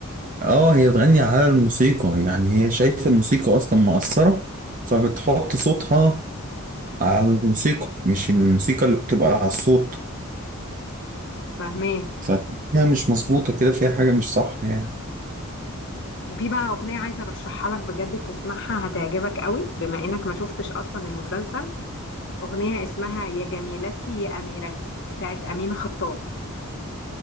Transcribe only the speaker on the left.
فاهماك
وفي بقى أغنية عايزة أرشحها لك بجد تسمعها هتعجبك قوي بما إنك ما شفتش أصلا المسلسل أغنية اسمها يا جميلتي يا أميرتي بتاعت أمين خطاب